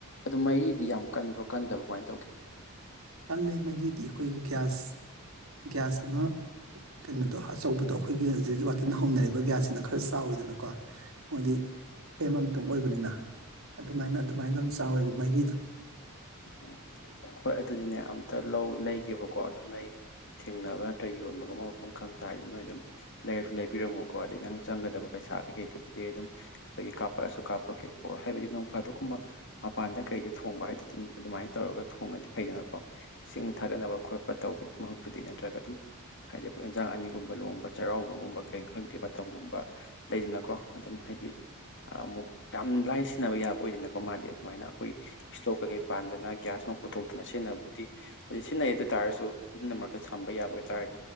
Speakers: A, on the left; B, on the right.
A: ꯑꯗꯨ ꯃꯩꯔꯤꯗꯤ ꯌꯥꯝ ꯀꯟꯕ꯭ꯔꯣ ꯀꯟꯗꯕ꯭ꯔꯣ ꯀꯃꯥꯏꯅ ꯇꯧꯒꯦ
B: ꯀꯜꯂꯦ ꯃꯩꯔꯤꯗꯤ ꯑꯩꯈꯣꯏꯒꯤ ꯒ꯭ꯌꯥꯁ ꯒ꯭ꯌꯥꯁ ꯑꯃ ꯀꯩꯅꯣꯗꯣ ꯑꯆꯧꯕꯗꯣ ꯑꯈꯣꯏꯒꯤ ꯖꯤꯔꯤꯛ ꯋꯥꯇꯤꯟ ꯍꯧꯅꯔꯤꯕ ꯒ꯭ꯌꯥꯁꯁꯤꯅ ꯈꯔ ꯆꯥꯎꯋꯤꯗꯅꯀꯣ ꯃꯣꯏꯗꯤ ꯐ꯭ꯔꯦꯝ ꯑꯃꯇꯪ ꯑꯣꯏꯕꯅꯤꯅ ꯑꯗꯨꯃꯥꯏꯅ ꯑꯗꯨꯃꯥꯏꯅ ꯑꯗꯨꯝ ꯆꯥꯎꯋꯦꯕ ꯃꯩꯔꯤꯗꯣ
A: ꯎꯝ ꯍꯣꯏ ꯑꯗꯨꯗꯤꯅꯦ ꯑꯝꯇ ꯂꯧ ꯂꯩꯒꯦꯕꯀꯣ ꯑꯗꯨꯝ ꯅꯣꯏ ꯊꯦꯡꯅꯕ ꯅꯠꯇ꯭ꯔ ꯌꯣꯟꯕꯒꯨꯝꯕ ꯃꯐꯝ ꯈꯪ ꯇꯥꯔꯗꯤ ꯅꯣꯏ ꯑꯗꯨꯝ ꯂꯩꯔꯁꯨ ꯂꯩꯕꯤꯔꯝꯃꯣꯀꯣ ꯑꯗꯩ ꯅꯪ ꯆꯪꯒꯗꯕ ꯄꯩꯁꯥ ꯀꯩꯀꯩꯗꯨꯕꯨꯗꯤ ꯑꯗꯨꯝ ꯁꯤꯗꯒꯤ ꯀꯥꯞꯄꯛꯑꯁꯨ ꯀꯥꯞꯄꯛꯀꯦꯀꯣ ꯍꯥꯏꯕꯗꯤ ꯅꯣꯡꯐꯥꯗꯣꯛꯀꯨꯝꯕ ꯃꯄꯥꯟꯗ ꯀꯩꯗ ꯊꯣꯡꯕ ꯍꯥꯏꯗꯤ ꯑꯗꯨꯝ ꯑꯗꯨꯃꯥꯏꯟ ꯇꯧꯔꯒ ꯊꯣꯡꯉꯗꯤ ꯐꯩꯗꯅꯀꯣ ꯏꯁꯤꯡ ꯊꯥꯒꯠꯅꯕ ꯈꯣꯠꯄ ꯇꯧꯕꯒꯤ ꯃꯍꯨꯠꯄꯨꯗꯤ ꯅꯠꯇ꯭ꯔꯒ ꯑꯗꯨꯝ ꯍꯥꯏꯗꯤ ꯑꯈꯣꯏ ꯏꯟꯖꯥꯡ ꯑꯅꯤꯒꯨꯝꯕ ꯂꯣꯡꯕ ꯆꯩꯔꯥꯎꯕꯒꯨꯝꯕ ꯀꯔꯤ ꯈꯪꯗꯦ ꯃꯇꯝꯒꯨꯝꯕ ꯂꯩꯗꯅꯀꯣ ꯑꯗꯨꯝ ꯍꯥꯏꯗꯤ ꯑꯥꯃꯨꯛ ꯌꯥꯝ ꯂꯥꯏ ꯁꯤꯟꯅꯕ ꯌꯥꯕ ꯑꯣꯏꯗꯅꯀꯣ ꯃꯥꯗꯤ ꯑꯗꯨꯃꯥꯏꯅ ꯑꯈꯣꯏ ꯏꯁꯇꯣꯛ ꯀꯩꯀꯩ ꯄꯥꯟꯗꯅ ꯒ꯭ꯌꯥꯁ ꯅꯨꯡ ꯄꯨꯊꯣꯛꯇꯅ ꯁꯤꯟꯅꯕꯨꯗꯤ ꯁꯤꯟꯅꯩ ꯑꯗꯨꯇꯥꯥꯔꯁꯨ ꯑꯗꯨꯅ ꯃꯔꯛꯇ ꯁꯝꯕ ꯌꯥꯕ ꯑꯣꯏꯇꯥꯔ